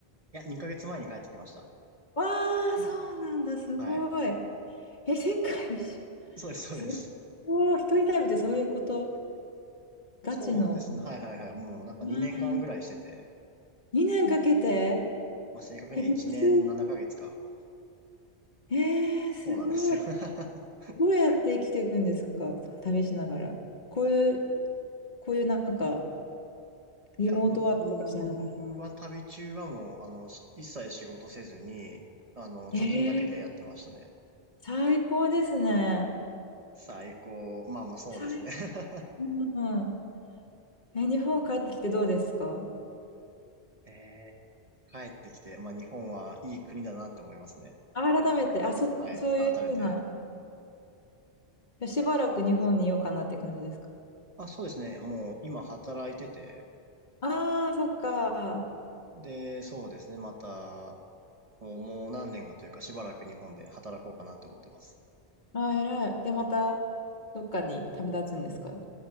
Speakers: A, on the right (about 35°); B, on the left (about 45°).
A: いや、2ヶ月前に帰ってきました。
B: わあ、そうなんだ、すごい。
A: はい。
B: え、世界一周。
A: そうです、そうです。
B: すごい、一人旅ってそういうこと、ガチの。
A: そうですね。はいはいはい。もうなんか2年間ぐらいしてて、
B: うん2年かけて、
A: まあ、正確には1年7ヶ月かげつか。
B: え、学生さんえー、すごい。
A: そうなんですよ。<laughs>
B: どうやって生きていくんですか、旅しながら。こういう、こういうなんか、リモートワークとかしながら。
A: いや、僕は旅中はもう、あの、し一切仕事せずに、あの、貯金だけでやってましたね。
B: えー、最高ですね。
A: 最高。まあまあそうですね。
B: 最
A: <laughs>
B: 高うん。え、日本帰ってきてどうですか
A: え帰ってきて、まあ日本はいい国だなって思いますね。
B: あ改めて、あ、そ、
A: はい。
B: そういうふうな、
A: 改めて。
B: しばらく日本にいようかなって感じですか
A: あ、そうですね。もう今働いてて、
B: ああー、そっか。
A: で、そうですね。また、もうもう何年かというかしばらく日本で働こうかなって思ってます。
B: ああ、偉い。で、また、どっかに旅立つんですか